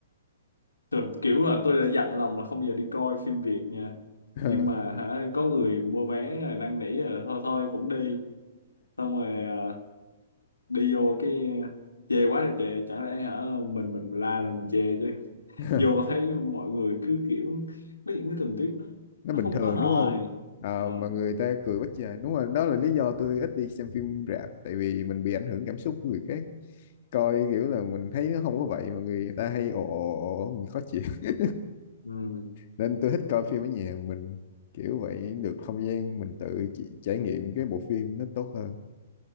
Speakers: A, on the left; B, on the left.
A: Thật, kiểu là tôi đã dặn lòng là không bao giờ đi coi phim Việt nha
B: <laughs>
A: nhưng mà hả có người mua vé rồi năn nỉ rồi thôi thôi cũng đi xong rồi à, đi vô cái chê quá thì chê chẳng lẽ hả mình mình la lên mình chê chứ
B: <laughs>
A: <laughs> vô thấy mọi người cứ kiểu có những cái tình tiết nó
B: nó
A: nó
B: bình
A: không
B: thường
A: có hài
B: đúng không à,
A: ờ
B: mà người ta cười quá trời đúng rồi đó là lý do tôi ít đi xem phim rạp tại vì mình bị ảnh hưởng cảm xúc của người khác coi kiểu là mình thấy nó không có vậy mà người ta hay ồ ồ ồ mình khó chịu <laughs>
A: ừ,
B: nên tôi thích coi phim ở nhà mình kiểu vậy được không gian mình tự chỉ- trải nghiệm cái bộ phim nó tốt hơn